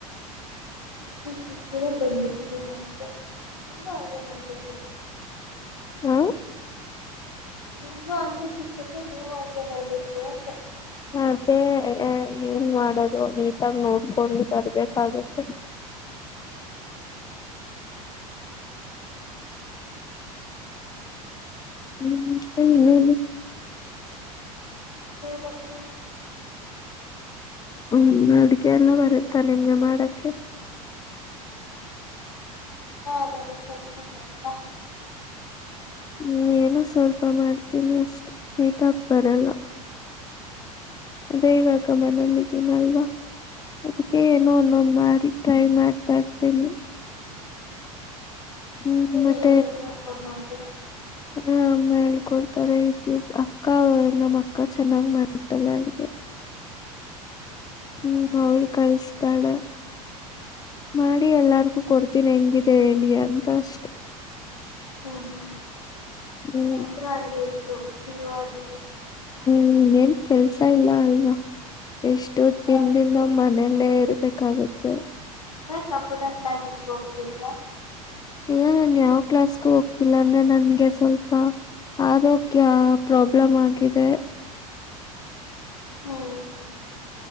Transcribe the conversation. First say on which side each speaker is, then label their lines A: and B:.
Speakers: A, on the left; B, on the left.
A: ಸಿಇಟಿ ಸಿಕ್ಕಿದೆ ಬಂದ್ಬಿಟ್ಟಿದ್ದೇನ ಅಷ್ಟೆ ನೀನ್ನೂ ಹಾಗೆ ಮಾಡಬೇಕಿಲ್ಲ
B: ಹಾ
A: ನಿಮಗೂ ಹಂಗೆ ಸಿಕ್ಕದೆ್ರೆ ನೀವು ಹಂಗೆ ಬರ್ಬೇಕು ಅಂದ್ರೆ
B: ಮತ್ತೇ ಏನ್ ಮಾಡೋದು ನೀಟಾಗಿ ನೋಡ್ಕೊಂಡು ಬರ್ಬೇಕಾಗುತ್ತೆ ಹ್ಮ್ ಹ್ಮ ಹ್ಮ
A: ಹಕ್ಕ
B: ಹ್ಮ್ ಅಡ್ಗೆ ಎಲ್ಲ ಬರುತ್ತಾ ನಿಮ್ಗೆ ಮಾಡಕ್ಕೆ
A: ಹಾ ಬರ ಸರಿ ಬರ
B: ನೀ ಏನೋ ಸ್ವಲ್ಪ ಮಾಡ್ತೀನಿ ಅಷ್ಟ್ ಟೀಟಾಕ್ ಬರಲ್ಲ ಅದೇ ಇವಾಗ ಮನೇಲ್ಲಿದ್ದೀನಿಲ್ವಾ ಅದಕ್ಕೆ ಏನೋ ಅನ್ನೊಂದ್ ಮಾಡಿ ಟ್ರೈ ಮಾಡ್ತಾ ಇರ್ತೇನಿ ಹ್ಮ್ ಮತ್ತೆ
A: ಮಾಡಕೊಂಡ ನ ಮಾಡಡ್ತೀರಾ
B: ಹ ಅಮ್ಮಳ್ ಕೊಡ್ತಾರೆ ಇದು ಅಕ್ಕ ನಮ್ಮ ಅಕ್ಕ ಚೆನ್ನಾಗ್ ಮಾಡ್ತಾಳೆ ಅವಿಗೆ ಹ್ಮ ಅವ್ಳ ಕಲ್ಸ್ತಾಳೆ ಮಾಡಿ ಎಲ್ಲಾರ್ಗೂ ಕೊಡ್ತೀನಿ ಹೆಂಗಿದೆ ಹೇಳಿ ಅಂತ ಅಷ್ಟೆ.
A: ಹ್ಮ್ ಹ್ಮ್
B: ಹ್ಮ್
A: ನಂದು ಹಂಗೆ ಇತ್ತು ಪಿ ಯು ಆದ್ಮೇಲೆ.
B: ಹ್ಮ್ ಇನ್ನ್ ಏನ್ ಕೆಲ್ಸ ಇಲ್ಲ ಅಲ್ವಾ. ಇಷ್ಟು ದಿನದಿಂದ
A: ಹೌದು
B: ಮನೆಯಲ್ಲೇ ಇರು ಬೇಕಾಗುತ್ತೆ
A: ಮ ಕಂಪ್ಯೂಟರ್ ಕ್ಲಾಸಸ್ ಹೋಗ್ ತಿಲ್ವಾ
B: ಇಲ್ಲ ನನ್ ಯಾವ್ ಕ್ಲಾಸ್ಗು ಹೋಗ್ತಿಲ್ಲ ಅಂದ್ರೆ ನನ್ಗೆ ಸ್ವಲ್ಪ ಆರೋಗ್ಯ ಪ್ರಾಬ್ಲಮ್ ಆಗಿದೆ.
A: ಹ್ಮ್ ಹ್ಮ್